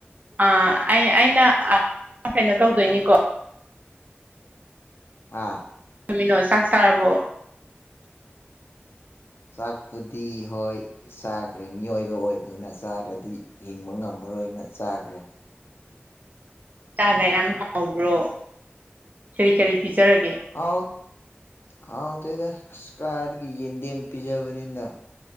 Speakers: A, on the right (about 40°); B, on the left (about 65°).
A: ꯑ ꯑꯩ ꯑꯩꯅ ꯀꯩꯅꯣ ꯇꯧꯗꯣꯏꯅꯤꯀꯣ
B: ꯑꯥ
A: ꯇꯃꯤꯅꯣ ꯆꯥꯛ ꯆꯥꯔꯕꯣ
B: ꯆꯥꯛꯄꯨꯗꯤ ꯍꯣꯏ ꯆꯥꯒꯔꯦ ꯃꯤꯑꯣꯏꯕ ꯑꯣꯏꯕꯅꯤꯅ ꯆꯥꯗ꯭ꯔꯗꯤ ꯍꯤꯡꯕ ꯉꯝꯃꯔꯣꯏꯅ ꯆꯥꯒꯔꯦ
A: ꯆꯥꯒꯔꯦ ꯌꯥꯝ ꯍꯥꯎꯕ꯭ꯔꯣ ꯀꯔꯤ ꯀꯔꯤ ꯄꯤꯖꯔꯒꯦ
B: ꯍꯥꯎ ꯍꯥꯎꯇꯦꯗ ꯑꯁ ꯀꯔꯥꯏꯗꯒꯤ ꯌꯦꯟꯗꯦꯝ ꯄꯤꯖꯕꯅꯤꯅ